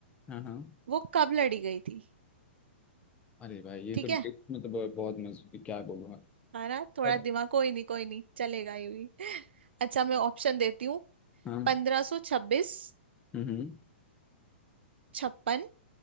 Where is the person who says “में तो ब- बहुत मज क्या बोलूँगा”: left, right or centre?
Left